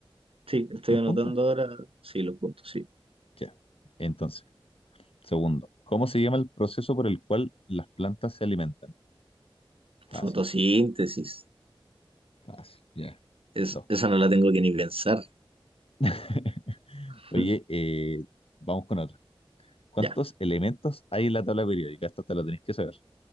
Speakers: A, on the right; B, on the left.
A: Sí, estoy
B: los
A: anotando
B: puntos.
A: ahora. Sí, los puntos, sí.
B: Ya. Entonces, segundo, ¿cómo se llama el proceso por el cual las plantas se alimentan? Fácil,
A: Fotosíntesis.
B: fácil, ya.
A: Es,
B: Dos.
A: esa no la tengo que ni pensar.
B: <laughs>
A: <laughs>
B: Oye, eh, vamos con otra. ¿Cuántos
A: Ya.
B: elementos hay en la tabla periódica? Esto te lo tenés que saber.